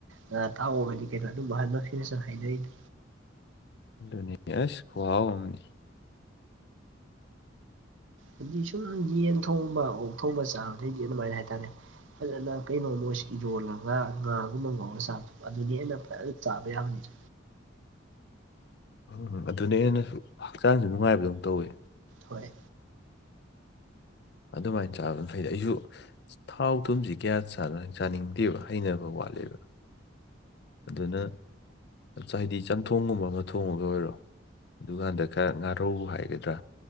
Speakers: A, on the right; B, on the left.
A: ꯉꯥ ꯇꯥꯎꯕꯒꯅꯤ ꯀꯩꯅꯣ ꯑꯗꯨꯝ <inaudible> ꯍꯥꯏꯅꯔꯤꯗꯣ
B: ꯑꯗꯨꯅ‌ꯦ ꯑꯁ ꯈꯨꯍꯥꯎ ꯑꯃꯅ‌ꯦ
A: ꯍꯥꯏꯗꯤ ꯁꯨꯝ ꯌꯦꯟ ꯊꯣꯡꯕ ꯑꯣꯛ ꯊꯣꯡꯕ ꯆꯥꯕꯗꯩꯗꯤ ꯑꯗꯨꯃꯥꯏꯅ ꯍꯥꯏꯇꯥꯔꯦ ꯐꯖꯅ ꯀꯩꯅꯣꯃꯣꯏ ꯏꯔꯣꯜꯂꯒ ꯉꯥꯒꯨꯝꯕ ꯉꯥꯎꯔ ꯆꯕ ꯑꯗꯨꯅꯤ ꯑꯩꯅ ꯐꯖꯅ ꯆꯥꯕ ꯌꯥꯕꯅꯤꯅ
B: ꯎꯝ ꯑꯗꯨꯅꯤ ꯑꯦꯩꯅꯁꯨ ꯍꯛꯆꯥꯡꯁꯨ ꯅꯨꯡꯉꯥꯏꯕꯗꯧꯝ ꯇꯧꯋꯤ
A: ꯍꯣꯏ
B: ꯑꯗꯨꯃꯥꯏꯅ ꯆꯥꯕꯅ ꯃꯈꯩꯗꯤ ꯑꯩꯁꯨ ꯊꯥꯎ ꯊꯨꯝꯁꯤ ꯀꯌꯥ ꯆꯥꯅꯤꯡꯗꯦꯕ ꯍꯩꯅꯕ ꯋꯥꯠꯂꯦꯕ ꯑꯗꯨꯅ ꯍꯥꯏꯗꯤ ꯆꯝꯊꯣꯡꯒꯨꯝꯕ ꯑꯃ ꯊꯣꯡꯉꯒ ꯑꯣꯏꯔꯣ ꯑꯗꯨꯀꯥꯟꯗ ꯈꯔ ꯉꯥꯔꯧ ꯍꯥꯏꯒꯗ꯭ꯔꯥ